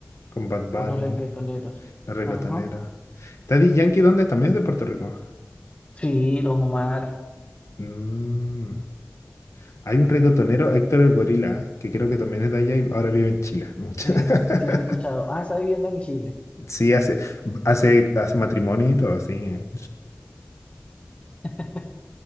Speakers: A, on the left (about 80°); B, on the left (about 25°).
A: con Bad Bunny,
B: por los reggaetoneros.
A: La Reggaetonera.
B: Ajá.
A: Daddy Yankee, ¿dónde? es? También es de Puerto Rico.
B: Sí, Don Omar,
A: Mm. Hay un reggaetonero, Héctor el Gorila, que creo que también es de allá y ahora vive en Chile. <laughs>
B: sí, sí lo he escuchado. Ah, está viviendo en Chile.
A: Sí, hace, hace, hace matrimonio y todo, así. eh.
B: <laughs>